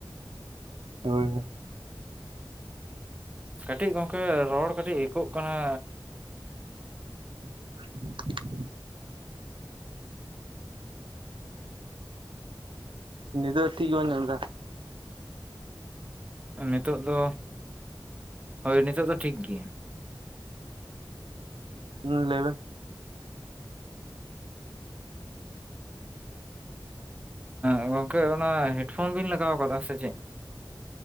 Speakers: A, on the right; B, on the right.
A: <inaudible> ᱦᱳᱭ᱾
B: ᱠᱟᱹᱴᱤᱡ ᱜᱚᱝᱠᱮ ᱨᱚᱲ ᱠᱟᱹᱴᱤᱡ ᱟᱹᱭᱠᱟᱹᱜ ᱠᱟᱱᱟ
A: <inaudible> ᱱᱤᱫᱟᱹ ᱴᱷᱤᱠ ᱜᱮᱵᱚᱱ ᱡᱚᱢ ᱮᱫᱟ᱾
B: ᱱᱤᱛᱚᱜ ᱫᱚ ᱦᱳᱭ ᱱᱤᱛᱚᱜᱜ ᱫᱚ ᱴᱷᱤᱠ ᱜᱮᱭᱟ
A: ᱦᱩᱸ ᱞᱟᱹᱭ ᱢᱮ
B: ᱚ ᱜᱚᱝᱠᱮ ᱚᱱᱟ ᱦᱮᱰᱯᱷᱳᱱ ᱵᱤᱱ ᱞᱟᱜᱟᱣ ᱠᱟᱫᱟ ᱥᱮ ᱪᱮᱫ